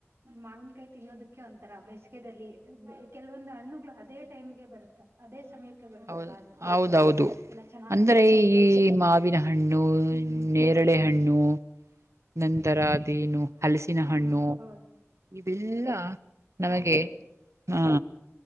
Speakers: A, on the right (about 60°); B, on the right (about 75°).
A: ಮಾವಿನಕಾಯಿ ತಿನ್ನೋದಕ್ಕೆ ಒಂಂತರ ಬೇಸಿಗೆದಲ್ಲಿ ಕೆಲವೊಂದು ಹಣ್ಣುಗಳು ಅದೇ ಟೈಮ್ಗೆ ಬರುತ್ತ ಅದೇ ಸಮಯಕ್ಕೆ ಬರುತ್ತಲ್ಲಾ
B: ಹೌದ
A: ಅದಕ್ಕೋಸ್ಕರ
B: ಹೌದೌದು
A: ಎಲ್ಲ ಚೆನ್ನಾಗ್
B: ಅಂದ್ರೆ
A: ಅನ್ಸುತ್ತೆ
B: ಈ ಮಾವಿನ ಹಣ್ಣು
A: ಹ್ಮ್
B: ಕರಳೆ ಹಣ್ಣು ನಂತರ ಅದೇನು ಹಲಸಿನ
A: ಹಾ
B: ಹಣ್ಣು
A: ಹೌದು
B: ಇವೆಲ್ಲಾ ನಮಗೆ
A: ಹೌದು
B: ಹ